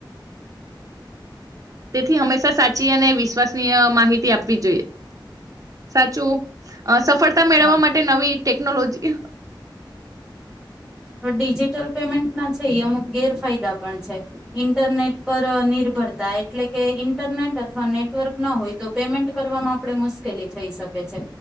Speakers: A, on the right; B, in the centre.
A: તેથી હંમેશા સાચી અને વિશ્વસનીય માહિતી આપવી જોઈએ. સાચું. અ સફળતા મેળવવા
B: હા
A: માટે નવી ટેકનોલોજી
B: ડિજિટલ પેમેન્ટના છે ઈ અમુક ગેરફાયદા પણ છે ઇન્ટરનેટ પર નિર્ભરતા એટલે કે ઇન્ટરનેટ અથવા નેટ ટવર્કર ના હોય તો પેમેન્ટ કરવામાં આપણે મુશ્કેલી થઈ શકે છે